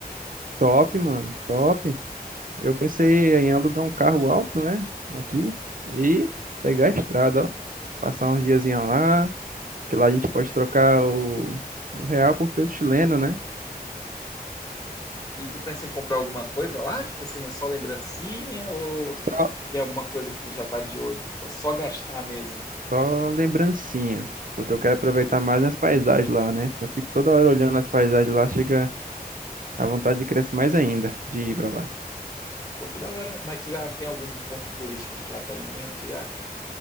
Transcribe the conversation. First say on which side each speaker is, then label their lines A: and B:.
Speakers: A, on the right (about 60°); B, on the left (about 20°).
A: top, mano. Top. Eu pensei em alugar um carro alto, né? Aqui. E pegar a estrada, ó. Passar uns diazinhos lá. Que lá a gente pode trocar o, o real por peso chileno, né?
B: E tu pensa em comprar alguma coisa lá? Tipo assim, só lembrancinha? Ou
A: Só,
B: tem alguma coisa que tu já tá de olho? Ou só gastar mesmo?
A: só lembrancinha. Porque eu quero aproveitar mais as paisagens lá, né? Eu fico toda hora olhando as paisagens lá. Chega a vontade de crescer mais ainda. De ir pra lá.
B: Pô, que da hora. Mas tu já tem algum ponto turístico que tu já tá em mente já?